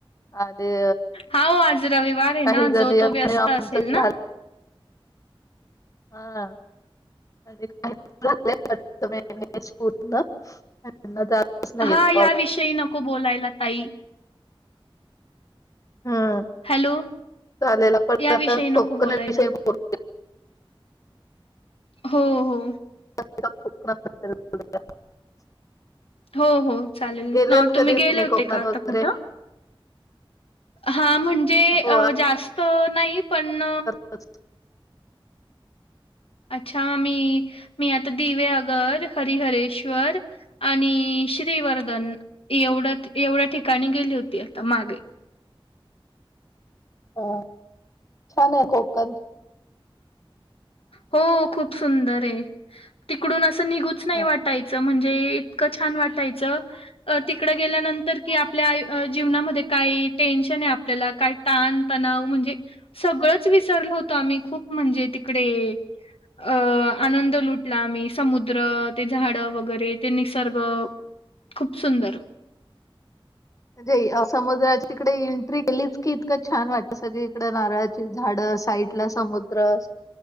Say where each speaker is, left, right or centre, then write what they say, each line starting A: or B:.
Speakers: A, on the left; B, on the left.
A: आणि
B: हाओ आज रविवार हे
A: काही
B: ना,
A: जणी
B: जो
A: आमचं
B: तो व्यस्त असेल
A: झालं
B: ना.
A: <unintelligible> जातच नाहीयेत
B: हा या
A: कॉल
B: विषयी नको बोलायला ताई.
A: हम्म
B: हॅलो
A: चालेल पण
B: या
A: आता
B: विषयी नको
A: कोकणा
B: बोलायला.
A: विषयी बोल
B: हो हो!
A: <unintelligible>
B: हो हो चालेल
A: गेलेत
B: अ तुम्ही
A: कधी
B: गेले
A: कोकणात
B: होते का आता
A: वगैरे
B: कुठं? हा म्हणजे अ
A: हो
B: जास्त नाही पण.
A: अस.
B: अच्छा मी मी आता दिवे आगर, हरिहरेश्वर, आणि श्रीवर्धन एवढ्या एवढ्या ठिकाणी गेली होती. आता मागे.
A: ह. छान आहे कोकण.
B: हो. खूप सुंदर आहे. तिकडून असं निघूच नाही
A: म्हणजे
B: वाटायचं म्हणजे, ते इतकं छान वाटायचं. अ तिकडं गेल्यानंतर की आपल्या आ जीवनामध्ये काही टेन्शन आहे आपल्याला काय, ताण तणाव म्हणजे सगळंच विसरल होत. आम्ही खूप म्हणजे तिकडे, अ आनंद लुटला आम्ही समुद्र, ते झाड वगैरे, ते निसर्ग, खूप सुंदर.
A: म्हणजे समुद्रावर तिकडे एंट्री केलीच की इतकं छान वाटत. सगळी तिकडे नारळाची झाड, साईडला समुद्र,